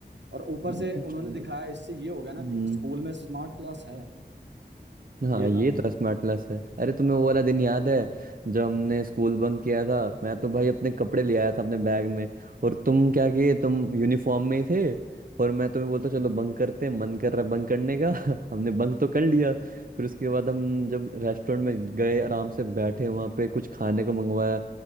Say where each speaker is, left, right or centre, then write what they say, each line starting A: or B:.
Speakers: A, on the right; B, on the right.
A: और ऊपर
B: हम्म,
A: से उन्होंने
B: चलो
A: दिखाया इससे ये हो गया ना
B: हम्म
A: कि स्कूल में स्मार्ट क्लास है
B: हाँ
A: ये
B: ये
A: था
B: तो स्मार्ट क्लास है अरे तुम्हें वो वाला दिन याद है जब हमने स्कूल बंक किया था मैं तो भाई अपने कपड़े ले आया था अपने बैग में और तुम क्या किए तुम यूनिफॉर्म में ही थे और मैं तुम्हें बोलता चलो बंक करते हैं मन कर रहा है बंक करने का <laughs> हमने बंक तो कर लिया फिर उसके बाद हम जब रेस्टोरेंट में गए आराम से बैठे वहाँ पे कुछ खाने को मंगवाया